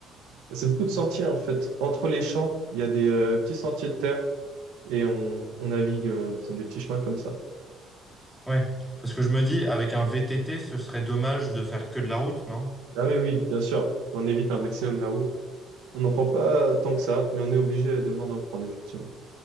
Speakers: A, on the right; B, in the centre.
A: Et C'est beaucoup de sentiers en fait. Entre les champs, il y a des euh, petits sentiers de terre et on, on navigue euh, dans des petits chemins comme ça.
B: Ouais. Parce que je me dis, avec un VTT, ce serait dommage de faire que de la route, non?
A: Ah oui, oui, bien sûr, on évite un maximum la route. On n'en prend pas tant que ça, mais on est obligé à demain d'en prendre, effectivement.